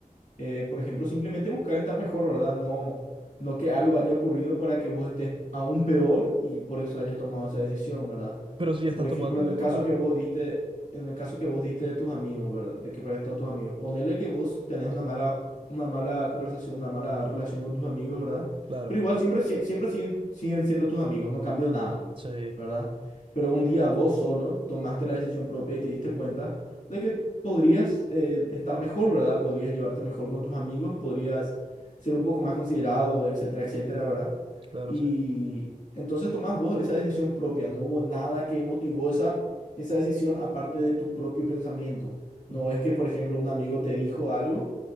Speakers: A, on the left; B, on the right.
A: eh, por ejemplo, simplemente buscar estar mejor, ¿verdad? No, no que algo haya ocurrido para que vos estés aún peor y por eso hayas tomado esa decisión, ¿verdad?
B: Pero si ya estás
A: Por ejemplo,
B: tomando
A: en el
B: es
A: caso
B: por algo.
A: que vos diste, en el caso que vos diste de tus amigos, ¿verdad? De que pares todos tus amigos. Ponele que vos tenés una mala, una mala conversación, una mala relación con tus amigos, ¿verdad?
B: Claro.
A: Pero igual siempre, sie- siempre siguen, siguen siendo tus amigos, no cambió nada,
B: Sí,
A: ¿verdad? Pero un día vos solo tomaste la decisión propia y te diste cuenta de que podrías eh, estar mejor, ¿verdad? Podrías llevarte mejor con tus amigos, podrías ser un poco más considerado, etcétera, etcétera, ¿verdad?
B: claro,
A: Y
B: sí.
A: entonces tomás vos esa decisión propia. No hubo nada que motivó esa, esa decisión aparte de tu propio pensamiento.
B: Ujú.
A: No es que, por ejemplo, un amigo te dijo algo,